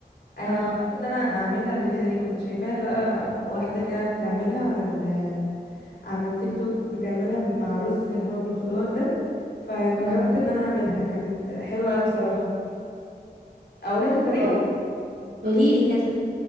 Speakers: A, on the left; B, on the right.
A: آه
B: اه
A: جربت ان انا اعملها قبل كده يعني كنت شايفاها بقى واحدة كده بتعملها على ال على التيك توك بتعملها مع رز اللي هو بالخضار ده فجربت
B: امم
A: ان انا اعملها كانت حلوة قوي بصراحة اقولك الطريقه
B: اه قوليلي كده